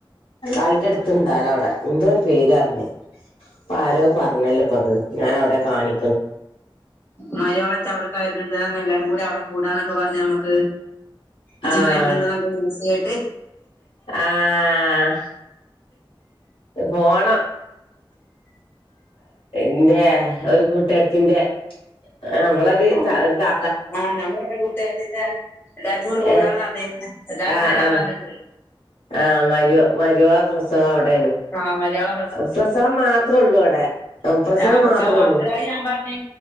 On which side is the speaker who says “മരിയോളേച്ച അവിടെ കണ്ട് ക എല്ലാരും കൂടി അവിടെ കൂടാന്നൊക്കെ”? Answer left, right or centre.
Left